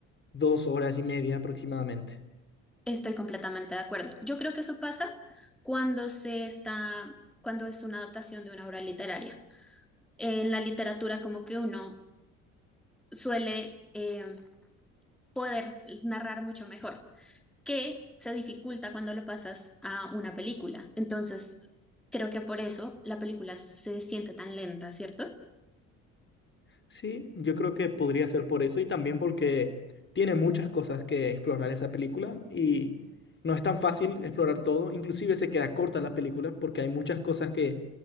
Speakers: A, on the left; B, in the centre.
A: dos horas y media aproximadamente.
B: Estoy completamente de acuerdo. Yo creo que eso pasa cuando se está, cuando es una adaptación de una obra literaria. En la literatura, como que uno suele eh, poder narrar mucho mejor. que se dificulta cuando lo pasas a una película. Entonces, creo que por eso la película se siente tan lenta, ¿cierto?
A: Sí, yo creo que podría ser por eso y también porque tiene muchas cosas que explorar esa película y no es tan fácil explorar todo, inclusive se queda corta la película porque hay muchas cosas que,